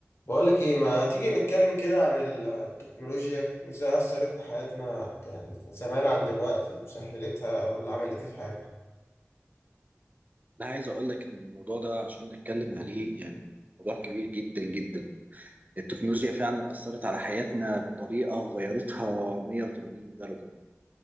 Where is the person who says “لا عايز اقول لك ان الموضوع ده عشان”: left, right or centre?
Right